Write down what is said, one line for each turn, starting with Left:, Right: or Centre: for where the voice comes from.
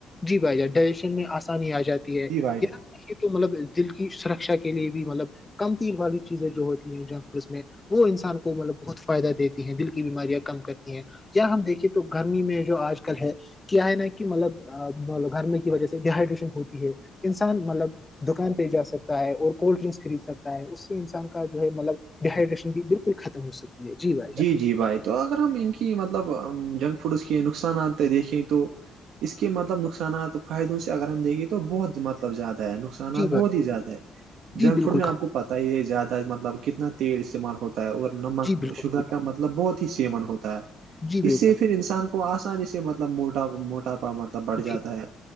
Left: جی بھائی ج ڈائجیشن میں آسانی آ جاتی ہے یہے
Right: جی بھائی جان
Left: تو مطلب دل کی سرکشا کے لیے بھی مطلب کم تییر والی چیزیں جو ہوتی ہیں جنک فوڈس میں وہ انسان کو مطلب بہت فائدہ دیتی ہیں دل کی بیماریاں کم کرتی ہیں یا ہم دیکھے تو گرمی میں جو آج کل ہے کیا ہے نا کہ مطلب گھرمی کی وجہ سے ڈیہائیڈریشن ہوتی ہے انسان مطلب دکان پہ جا سکتا ہے اور کولڈ ڈرنکس خرید سکتا ہے اس سے انسان کا جو ہے مطلب ڈیائیڈریشن بھی بالکل ختم ہو سک ہے بھائی جان
Right: جی جی بھائی تو اگر ہم ان کی مطلب جنک فوڈس کے نقصانات دیکھیں تو اس کے مطلب نقصات فائدوں سے اگر ہم دیکھے تو بہت مطلب زیادہ ہے نقصانات
Left: جی بھائی
Right: بہت ہی زیادہ ہے
Left: جی
Right: جنک
Left: بالکل
Right: فوڈ میں آپ
Left: کہا
Right: کو پت یہ زیادہ مطلب کتنا تیل استعمال ہوتا ہے اور نمک
Left: جی بالکل
Right: شوگر
Left: صحیح کہا،
Right: مطلب بہت ہی سیمن ہوتا ہے
Left: جی بالکل
Right: اس سے پھر انسان کو آسانی سے مطلب موٹا موٹا پا مطلب بڑھ جاتا
Left: جی
Right: ہے